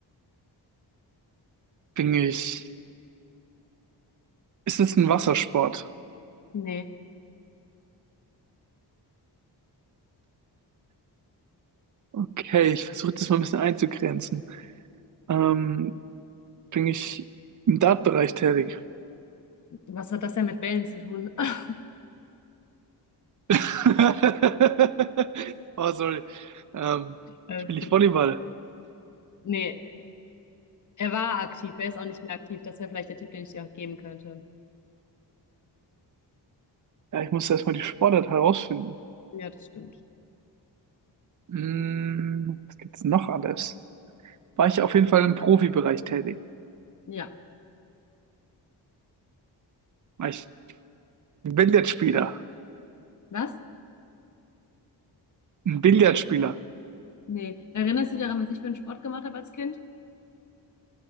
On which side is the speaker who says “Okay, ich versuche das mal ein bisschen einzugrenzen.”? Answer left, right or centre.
Right